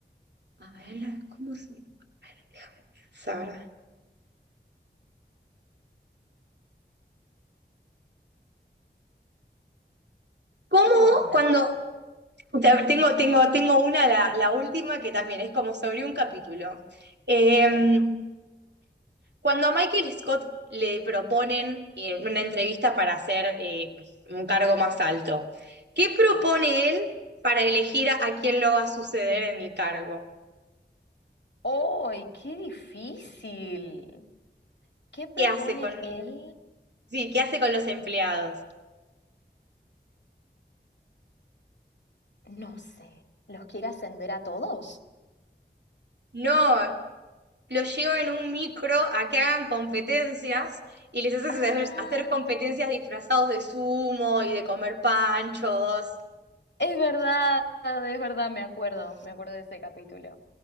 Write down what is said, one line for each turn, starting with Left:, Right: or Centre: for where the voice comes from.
Right: a ver, ¿cómo se... a ver, Déjame pensar. ¿Cómo
Left: Yo tengo una,
Right: cuando...
Left: si querés.
Right: Te- Tengo, tengo, tengo una, la, la última, que también es como sobre un capítulo. Em,
Left: Ok,
Right: cuando a Michael Scott le proponen eh, una entrevista para hacer eh, un cargo más alto, ¿qué propone
Left: sí.
Right: él para elegir a, a quién lo va a suceder en el cargo?
Left: ¡Ay, qué difícil! ¿Qué propone
Right: ¿Qué hace con,
Left: él?
Right: sí, qué hace con los empleados?
Left: No sé. ¿Los quiere ascender a todos?
Right: No, los llevo en un micro a que hagan competencias y les haces
Left: Ah,
Right: hacer, hacer competencias disfrazados de sumo y de comer panchos,
Left: es verdad, es verdad, me acuerdo, me acuerdo de ese capítulo.